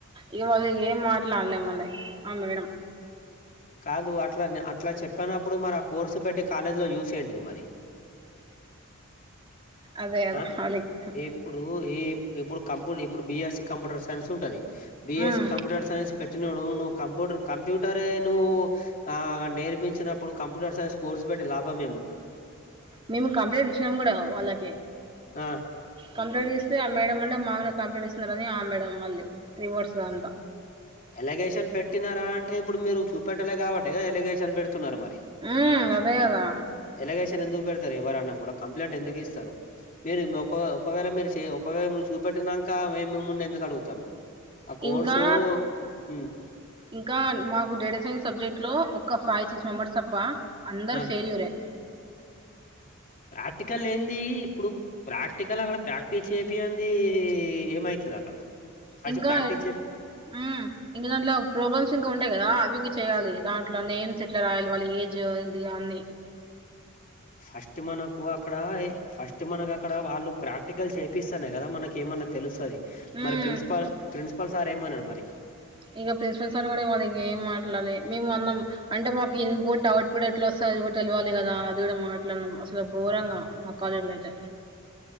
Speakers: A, on the right; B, on the left.
A: ఇగవాళ్ళు ఏం మాట్లాడలేము మళ్ళ ఆ మేడం
B: కాదు అట్లా అట్లా చెప్పినప్పుడు మరి ఆ కోర్సు పెట్టి కాలేజీలో యూసేంటిది మరి
A: అదే కదా
B: ఆ
A: వాళ్ళకి
B: ఇప్పుడు ఈ ఇప్పుడు కంపూ ఇప్పుడు బిఎస్సి కంప్యూటర్ సైన్స్ ఉంటది బిఎస్సి
A: మ్మ్
B: కంప్యూటర్ సైన్స్ పెట్టినడు్వు కంప్యూటర్ కంప్యూటరే నువ్వు ఆ నేర్పించినప్పుడు కంప్యూటర్ సైన్స్ కోర్స్ పెట్టి లాభం ఏమి ఉంటది
A: మేము కంప్లైంట్ ఇచ్చినాం కూడా వాళ్ళకి
B: ఆ
A: కంప్లైంట్ తి ఆ మేడ వల్లే మామగా కంప్లీట్ ఇస్తున్నారుని ఆ మేడ మళ్ళీ రివార్డ్స్గా అంతా
B: ఎలిగేషన్ పెట్టినారా అంటే ఇప్పుడు మీరు చూపెట్టలే కాబట్టి ఎలిగేషన్ పె న్నారు మరి
A: మ్మ్, అదే కదా
B: ఎలాగేషన్ ఎందుకు పెడతారు ఎవరన్నాకు కంప్లైంట్ ఎందుకు ఇస్తారు మీరు ఒక ఒకవేళ మీరు చే ఒకవేళ నువ్ చూపెట్టినాక మేము ముండే ఎందుకు అడుగుతాము ఆ కోర్సు
A: ఇంకా
B: ఉమ్
A: ఇంకా మాకు డేట సైన్స్ సబ్జెక్ట్ లో ఒక ఫైవ్ సిక్స్ మెంబర్స్ తప్ప అందరు
B: ఆ
A: ఫెయిల్యూరే
B: ప్రాక్టికల్ ఏంది ఇప్పుడు ప్రాక్టికల్ అక్కడ ప్రాక్టీస్ చేపింది ఏమైతది అక్కడ ఫస్ట్
A: ఇంకా
B: ప్రాక్టీస్ చే
A: హ్మ్ ఇంకా దాంట్లో ప్రాబ్లమ్స్ ఇంకా ఉంట్ ఉంటాయి కదా అవి ఇంక చేయాలి దాంట్లో నేమ్స్ ఎట్లా రాయాలి వాళ్ళ ఏజ్ ఏంటి అన్ని
B: ఫస్ట్ మనకు అక్కడ ఫస్ట్ మనకు అ అక్కడ వాళ్ళు ప్రాక్టికల్ చేపిస్తన్నా కదా మనకి ఏమన్న తెలుస్తుంది
A: మ్మ్.
B: మరి ప్రిన్సిపల్ ప్రిన్సిపల్ సరేమోనండి మరి
A: ఇక ప్రిన్సిపల్ సార్ కూడా ఇంక ఏం మాట్లాలే మేము అన్నాం అంటే మాకు ఇన్పుట్ అవుట్ పట్ ఎట్లా వస్తుంది అది కూడా తెలివాలి కదా అది కూడా మాట్లాడన్నాం అసలు ఘోరంగా మాక్కళ అయితే